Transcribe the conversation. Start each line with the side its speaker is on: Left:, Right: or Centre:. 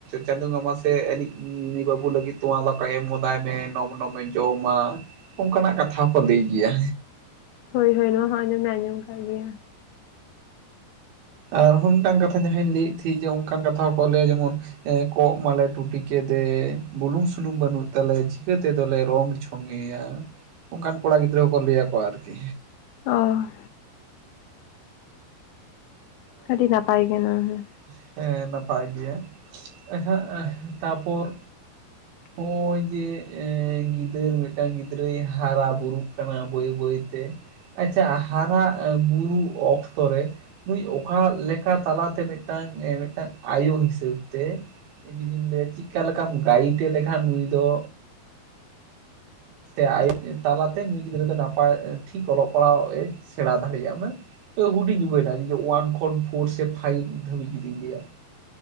Right: ᱪᱟᱸᱫᱳ ᱵᱚᱸᱜᱟ ᱢᱟᱥᱮ ᱟᱞᱤᱡ ᱱᱩᱭ ᱵᱟᱹᱵᱩ ᱞᱟᱹᱜᱤᱫ ᱛᱚᱣᱟ ᱫᱟᱠᱟ ᱮᱢ ᱦᱚᱫᱟᱭ ᱢᱮ <inaudible> ᱚᱱᱚ ᱢᱚᱧ ᱡᱚᱢᱟ ᱚᱱᱠᱟᱱᱟᱜ ᱠᱟᱛᱷᱟ ᱠᱚ ᱞᱟᱹᱭ ᱜᱤᱭᱟ᱾
Left: ᱦᱳᱭ ᱦᱳᱭ ᱱᱚᱣᱟ ᱦᱚᱸ ᱟᱸᱡᱚᱢ ᱫᱚ ᱟᱸᱡᱚᱢ ᱠᱟᱜ ᱜᱮᱭᱟ᱾
Right: ᱟᱨᱦᱚᱸ ᱢᱤᱫᱴᱟᱝ ᱠᱟᱛᱷᱟ ᱡᱟᱦᱟᱸᱧ ᱞᱮᱭᱮᱜ ᱛᱷᱤ ᱡᱮ ᱚᱱᱠᱟᱱ ᱠᱟᱛᱷᱟ ᱦᱚᱸᱠᱚ ᱞᱟᱹᱭᱟ ᱡᱮᱢᱚᱱ ᱠᱚᱸᱜ ᱢᱟᱞᱮ ᱴᱩᱴᱤ ᱠᱮᱫᱮ ᱵᱩᱞᱩᱝ, ᱥᱩᱱᱩᱢ ᱵᱟᱹᱱᱩᱜ ᱛᱟᱞᱮ ᱪᱤᱠᱟᱹ ᱛᱮᱫᱚᱞᱮ ᱨᱚᱝ ᱪᱷᱚᱝ ᱠᱟᱹᱢᱤᱭᱟ ᱚᱱᱠᱟᱱ ᱠᱚᱲᱟ ᱜᱤᱫᱽᱨᱟᱹ ᱠᱚ ᱞᱟᱹᱭ ᱟᱠᱚᱣᱟ ᱟᱨᱠᱤ
Left: ᱦᱚᱭ, ᱟᱹᱰᱤ ᱱᱟᱯᱟᱭ ᱠᱟᱱᱟ
Right: <inaudible>
Left: ᱦᱮᱸ
Right: ᱦᱮᱸ ᱱᱟᱯᱟᱭ ᱜᱮᱭᱟ ᱮᱠᱷᱟᱱ ᱮᱦ ᱛᱟᱯᱚᱨ
Left: <inaudible>
Right: ᱦᱚᱜᱼᱚᱭ ᱡᱮ ᱜᱤᱫᱽᱨᱟᱹ ᱢᱤᱫᱴᱟᱝ <inaudible> ᱜᱤᱫᱟᱞ ᱢᱤᱫᱴᱟᱝ ᱜᱤᱫᱽᱨᱟᱹᱭ ᱦᱟᱨᱟ ᱵᱩᱨᱩᱜ ᱠᱟᱱᱟ ᱵᱟᱹᱭ ᱵᱟᱹᱭ ᱛᱮ ᱾ ᱟᱪᱪᱷᱟ ᱦᱟᱨᱟ ᱵᱩᱨᱩᱜ ᱚᱠᱛᱚ ᱨᱮ ᱱᱩᱭ ᱚᱠᱟ ᱞᱮᱠᱟ ᱛᱟᱞᱟᱛᱮ ᱢᱤᱫᱴᱟᱝ ᱢᱤᱫᱴᱟᱝ ᱟᱭᱳ ᱦᱤᱥᱟᱹᱵ ᱛᱮ ᱡᱩᱫᱤᱢ ᱞᱟᱹᱭᱟ ᱪᱤᱠ ᱞᱮᱠᱟᱢ ᱜᱟᱭᱤᱴᱮ ᱞᱮᱠᱷᱟᱱ ᱱᱩᱭ ᱫᱚ ᱥᱮ ᱟᱭᱩ ᱛᱟᱞᱟᱛᱮ ᱱᱩᱭ ᱜᱤᱫᱽᱨᱟᱹ ᱫᱚ ᱱᱟᱯᱟᱭ ᱴᱷᱤᱠ ᱚᱞᱚᱜ ᱯᱟᱲᱦᱟᱜ ᱮ ᱥᱮᱬᱟ ᱫᱟᱲᱮᱭᱟᱜᱼᱟ ᱩᱱᱟᱹᱜ ᱦᱩᱰᱤᱧ ᱩᱢᱮᱨ ᱨᱟᱭ ᱡᱩᱫᱤ ᱳᱣᱟᱱ ᱠᱷᱚᱱ ᱯᱷᱳᱨ ᱥᱮ ᱯᱷᱟᱭᱤᱵ ᱫᱷᱟᱹᱵᱤᱡ ᱡᱩᱫᱤᱧ ᱞᱟᱹᱭᱟ ᱾